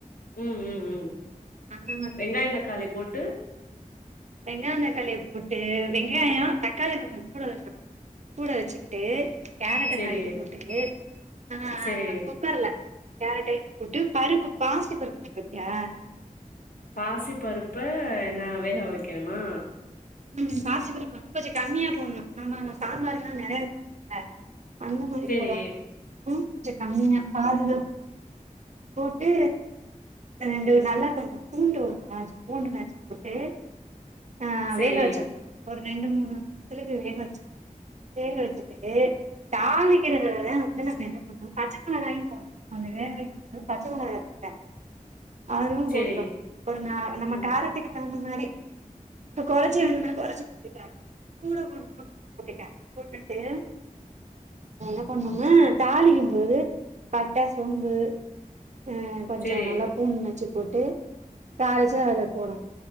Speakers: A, on the left; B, on the right.
A: ம் ம் ம்
B: அந்த மாதிரிதே
A: வெங்காயம் தக்காளி போட்டு
B: வெங்காயம் தக்காளியை போட்டு வெங்காயம் தக்காளி கொஞ்சம் கூடு வெக்கனும் கூட வச்சுக்கிட்டு கேரட்ட
A: செரி
B: நறுக்கி போட்டு ஆஹ்
A: செரி
B: குக்கர்ல கேரட்டை போட்டு பருப்பு பாசி பருப்பு இருக்குல
A: பாசி பருப்ப நான் வேக வைக்கணுமா
B: உம் பாசிப்பருப்ப வந்து கொஞ்சோ கம்மியா போடணும் நம்ம சாம்பார் எல்லாம் நறையா போடுவோல அந்த மாரி
A: செரி
B: போடாம ம் கொஞ்சோ கம்மியா பாதிதா போட்டு ரெண்டு நல்லா கொஞ்சோ பூண்டு ஒண்ணு நாலஞ்சு பூண்டு நஸுக்சி போட்டு ஆ
A: செரி
B: வேக வச்சிடணும் ஒரு ரெண்டு மூணு சிலக்கு வேக வெச்சு வேக வெச்சுட்டு தாளிக்கிறததா வந்து நம்ம என்ன பண்ணு பச்ச மிளகாயு போணு அதுவே பச்ச மொளகா அதுவு
A: செரி
B: போட்டுக்கணு ஒரு நா நம்ம
A: ம்
B: காரத்துக்கு தகுந்த மாரி இப்ப கொறச்சி வேனுனா கொறச்சு போட்டுக்க கூட கூட போட்டுக்க போட்டுட்டு என்ன பண்ணுனா தாளிக்கும்போது பட்ட சோம்பு ம் கொஞ்சோ
A: செரி
B: நல்லா பூண்டு நச்சு போட்டு தாளிச்சு அதுல போடனு